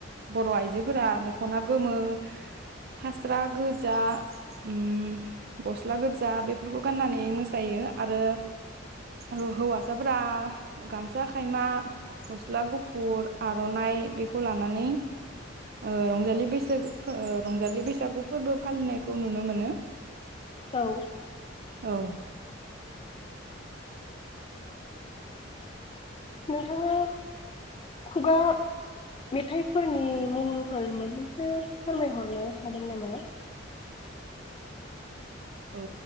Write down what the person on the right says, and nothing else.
बर' आइजोफोरा दख'ना गोमो फास्रा गोजा उम गस्ला गोजा बेफोरखौ गाननानै मोसायो आरो हौ-हौवासाफोरा गामसा खायमा गस्ला गुफुर आर'नाइ बेखौ लानानै ओ रंजालि बैसागु फो रंजालि बैसागु फोरबो फालिनायखौ नुनो मोनो
औ
औ